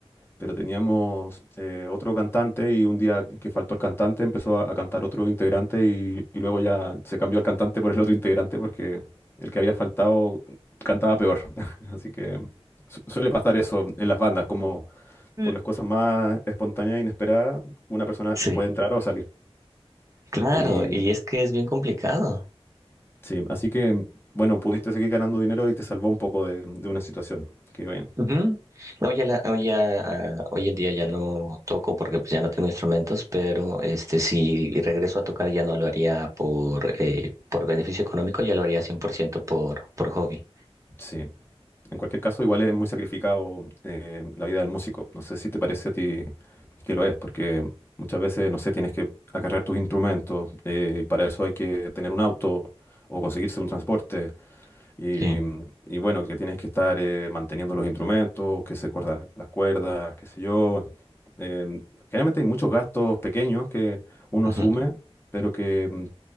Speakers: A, on the left; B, on the right.
A: pero teníamos eh, otro cantante y un día que faltó el cantante empezó a, a cantar otro integrante y, y luego ya se cambió el cantante por el otro integrante porque el que había faltado cantaba peor. <laughs> Así que su- suele pasar eso en las bandas, como
B: Mm.
A: por las cosas más espontáneas e inesperadas, una persona
B: Sí,
A: puede entrar o salir.
B: claro,
A: Y
B: y es que es bien complicado.
A: sí, así que bueno, pudiste seguir ganando dinero y te salvó un poco de, de una situación. Qué bien.
B: Ujú. Hoy, a la- hoy, a- a- hoy en día ya no toco porque pues ya no tengo instrumentos, pero este si regreso a tocar ya no lo haría por, eh, por beneficio económico, ya lo haría 100% por, ciento por por hobby.
A: Sí. En cualquier caso, igual es muy sacrificado eh, la vida del músico. No sé si te parece a ti que lo es, porque muchas veces, no sé, tienes que acarrear tus instrumentos, eh, y para eso hay que tener un auto o conseguirse un transporte, y,
B: Sí.
A: y bueno, que tienes que estar eh, manteniendo los instrumentos, que se cortan las cuerdas, qué sé yo. Em, generalmente hay muchos gastos pequeños que uno
B: Ujú.
A: asume, pero que mm,